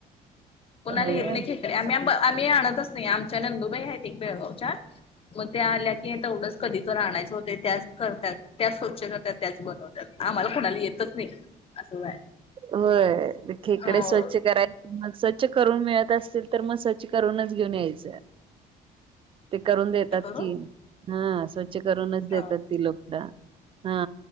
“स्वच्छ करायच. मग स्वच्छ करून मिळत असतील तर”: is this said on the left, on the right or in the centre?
Right